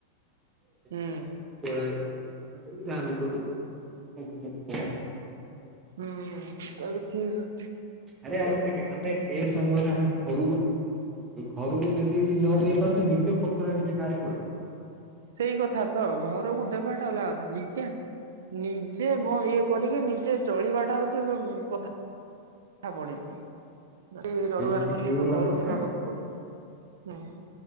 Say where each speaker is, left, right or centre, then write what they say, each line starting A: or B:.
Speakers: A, on the right; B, on the right.
A: ହୁଁ ହୁଁ
B: <unintelligible> <inaudible> ଯାହାବି କରୁ ପଇସା ଦି ପଇସା କମଉଚି।
A: ହୁଁ ସେଇଟା ବି ଠିକ।
B: ଆରେ ଆମେ ଦେଖ ଆମେ ଏ ସମୟରେ ଆମେ ଘରକୁ ଘରକୁ ଯଦି ବି ନଦେଇ ପାରୁଚୁ ନିଜେ ଖର୍ଚ୍ଚ ନିଜେ ବାହାରି ପଡୁ।
A: ସେଇ କଥା ତ ଘରକୁ ଦେବାଟା ଅଲଗା କଥା ନିଜେ ନିଜେ ବ ଇଏ କରିକି ନିଜେ ଚଳିବାଟା ହୋଉଚି କଥା। <unintelligible>
B: ନିଜେ ଯଦି ହେଇଗଲା ମାନେ
A: ହୁଁ।